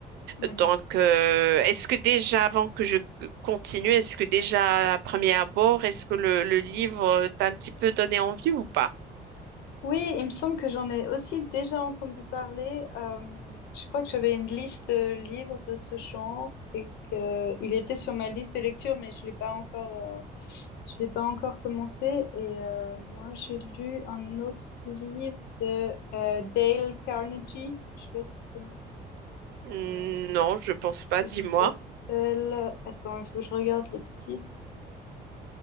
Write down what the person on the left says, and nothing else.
Mhm.
Oui, il me semble que j'en ai aussi déjà entendu parler. euh, je crois que j'avais une liste de livres de ce genre et que il était sur ma liste de lecture, mais je l'ai pas encore, euh, je l'ai pas encore commencé. Et euh, moi, j'ai lu un autre livre de euh, Dale Carnegie. Je sais pas si tu connais,
euh,
qui
s'appelle. Attends, il faut que je regarde le titre.